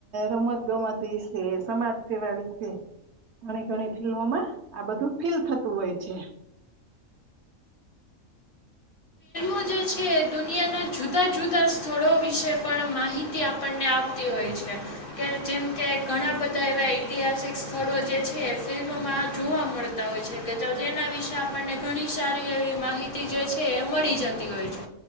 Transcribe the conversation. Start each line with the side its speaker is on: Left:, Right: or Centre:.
Right: રમતગમત વિશે, સમાજ સેવા વિશે, ઘણી ઘણી ફિલ્મોમાં આ બધું ફીલ થતું હોય છે.
Left: મો જે છે એ દુનિયાના જુ જુદાં જુદાં સ્થળો વિશે પણ માહિતી આપણને આપતી હોય છે. કે જેમ કે <inaudible> ઘણા બધા એવા ઐતિહાસિક સ્થળો જે છે ફિલ્મમાં જોવા મળતા હોય છે. તે તો જેના વી વિશે આપણને ઘણી સારી એવી માહિતી જે છે એ મળી જત જતી હોય છે.